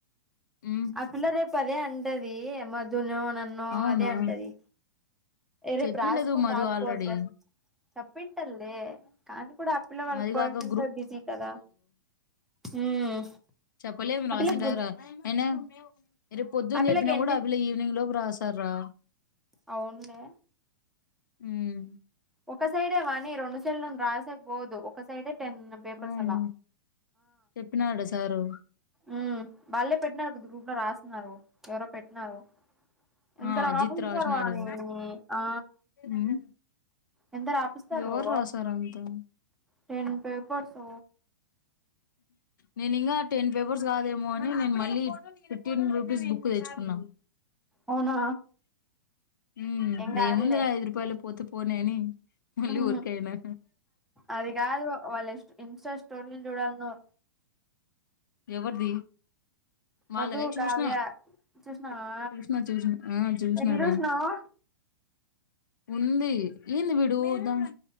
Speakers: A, on the left; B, in the centre.
A: ఉమ్
B: ఆ పిల్ల రేపు అదే అంటది మధ్యలో నన్ను
A: అవునా
B: అదే అంటది రేపు
A: చెప్పిండదు
B: రాసుకొని
A: మధు
B: రాకపోతే
A: ఆల్రెడీ
B: చెప్పి ఉంటదులే కానీ కూడా ఆ పిల్లవాళ్ళ
A: అదిగాక
B: బాయ్ ఫ్రెండ్తో బిజీ కదా ఉమ్
A: చెప్పలేము
B: ఆ
A: రాసింటదో
B: పిల్లకు
A: అయినా రేపు పొద్దున
B: ఆ పిల్లకు
A: చెప్పినా
B: ఎన్ని
A: కూడా ఆ పిల్ల ఈవెనింగ్ లోపు రాస్తాధి రా
B: అవును లే
A: మ్మ్
B: ఒక సైడే వాణి రెండు సైడ్ రాసేకి పోదు ఒక సైడే టెన్ పేపర్స్
A: అవును
B: అలా
A: చెప్పినాడు సారు
B: మ్మ్ వాళ్ళే పెట్టినారు కదా గ్రూప్ లో రాస్తున్నారు ఎవరో పెట్టినారు ఎంత
A: ఆ
B: రాపించారు
A: అజిత్ రాసినాడు
B: వాణీ ఆ
A: ఉమ్
B: ఎంత రాపిస్తారో
A: ఎవరు రాసారు అంతా
B: టెన్ పేపర్స్
A: నేను ఇంకా టెన్ పేపర్స్ కాదేమో అని నేను మళ్ళీ న్ రూపీస్ బుక్ తెచ్చుకున్నాం
B: అవునా
A: హు
B: ఏం కాదులే
A: ఏముందిరా ఐదు రూపాయలు పోతే పోనే అని మళ్ళీ
B: ఉహు
A: ఊరికే అయినా
B: అది కాదు వాళ్ళ ఇన్స్టా స్టోరీలు చూడాలను
A: ఎవరిది వాళ్ళవే
B: మధు
A: చూసిన
B: కావ్య చూసినవా
A: చూసిన చూసిన ఆ చూసినారా
B: ఎట్లా చూస్నావ్
A: ఉంది ఏంది విడు దా